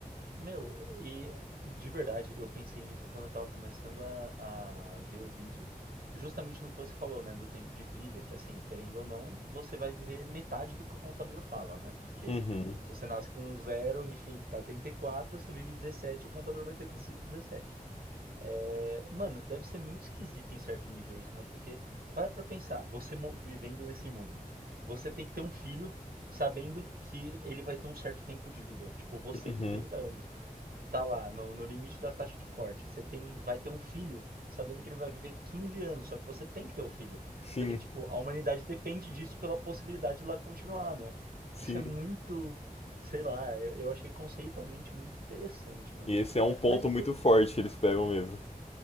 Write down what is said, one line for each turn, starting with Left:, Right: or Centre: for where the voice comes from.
Right: Meu, e de verdade, eu pensei nisso quando eu tava começando a, a ver o vídeo. Justamente no que você falou, né, do tempo de vida, que assim, querendo ou não, você vai viver metade do que o contador fala, né? Porque
Left: Uhum,
Right: se você nasce Uhum. com um zero, enfim, que tá 34, você vive 17, o contador vai ter sido 17. É, mano, deve ser muito esquisito em certo nível isso, né? Porque para pra pensar, você mo- vivendo nesse mundo, você tem que ter um filho sabendo que ele vai ter um certo tempo de vida. Tipo, você
Left: uhum.
Right: com 30 anos. Tá lá, no, no limite da taxa de corte. Você tem, vai ter um filho, sabendo que ele vai viver 15 anos, só que você tem que ter o filho.
Left: Sim,
Right: Porque, tipo, a humanidade depende disso pela possibilidade de ela continuar, né?
Left: sim.
Right: Isso é muito, sei lá, eu, eu achei conceitualmente muito interessante, mano.
Left: E esse é um ponto
Right: Mas o
Left: muito
Right: que eu
Left: forte que eles pegam mesmo.